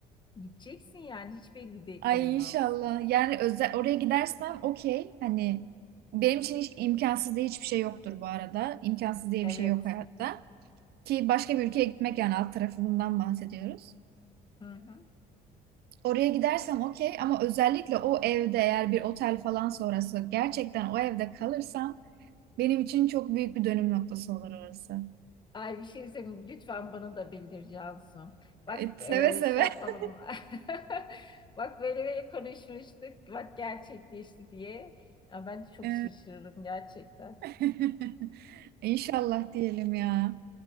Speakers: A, on the left; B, on the right.
A: Gideceksin yani hiç belli de
B: Ay
A: olmaz.
B: inşallah. Yani özel oraya gidersem okey. Hani benim için hiç imkansız diye hiçbir şey yoktur bu arada. İmkansız diye
A: Evet.
B: bir şey yok hayatta. Ki başka bir ülkeye gitmek yani alt tarafı bundan bahsediyoruz.
A: Hı hı.
B: Oraya gidersem okey ama özellikle o evde eğer bir otel falan sonrası gerçekten o evde kalırsam benim için çok büyük bir dönüm noktası olur orası.
A: Ay bir şey senin lütfen bana da bildir Cansu. Bak
B: Evet,
A: e,
B: seve seve.
A: şey yapalım.
B: <laughs>
A: <laughs> Bak böyle böyle konuşmuştuk. Bak gerçekleşti diye. Ya ben de çok
B: Ee,
A: şaşırırım gerçekten.
B: <laughs> İnşallah diyelim ya.